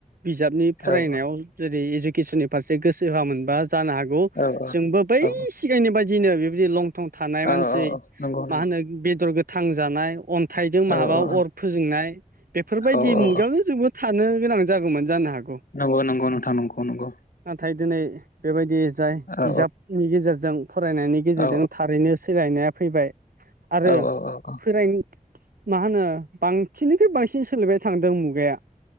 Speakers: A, on the right (about 85°); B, on the left (about 80°).
A: बिजाबनि फरायनायाव
B: औ औ
A: जेरै इडुकेसननि फारसे गोसो होआ मोनबा जानो हागौ
B: औ
A: जोंबो बै
B: औ
A: एखेनि बायदिनो बेबायदि लंथं थानाय मानसि
B: औ औ नंगौ
A: मा
B: नंगौ
A: होनो बेदर गोथां जानाय अन्थाइजों माबा
B: औ औ
A: अर फोजोंनाय बेफोरबायदि
B: औ औ
A: मुगायावनो
B: औ
A: जोबोद थानो गोनां जागौमोन जानो हागौ।
B: नंगौ नंगौ नोंथां नंगौ नंगौ।
A: नाथाय दिनै बेबायदि जाय
B: औ औ
A: बिजाबनि गेजेरजों फरायनायनि गेजेरजों
B: औ
A: थार ओरैनो सोलायनाया फैबाय आरो
B: औ औ
A: सोराय मा होनो बांसिननिख्रुइ बांसिन सोलिबाय थांदों मुगाया।